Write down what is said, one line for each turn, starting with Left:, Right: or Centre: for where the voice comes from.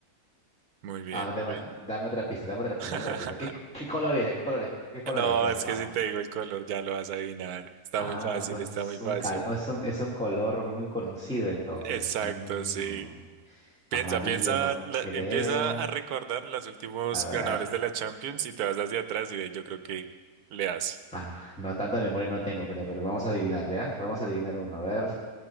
Right: Muy bien,
Centre: Ah, dame,
Right: muy bien.
Centre: dame otra pista, dame otra pista,
Right: <laughs>
Centre: dame otra pista. ¿Qué, co- qué color es? ya? ¿Qué color es? ¿Qué, qué color
Right: No,
Centre: es? Ya,
Right: es
Centre: vamos.
Right: que si te digo el color ya lo vas a adivinar. Está
Centre: Ah,
Right: muy fácil,
Centre: entonces
Right: está muy
Centre: es
Right: fácil.
Centre: un, cal- no, es un, es un color muy conocido, entonces.
Right: Exacto,
Centre: Mm,
Right: sí. Piensa,
Centre: amarillo,
Right: piensa,
Centre: no
Right: la-
Centre: creo.
Right: empieza a recordar los últimos
Centre: A ver.
Right: ganadores de la Champions y te vas hacia atrás y de- yo creo que le das.
Centre: Ah, no, tanta memoria no tengo, creo, pero vamos a adivinar, ¿ya? Vamos a adivinar uno, a ver.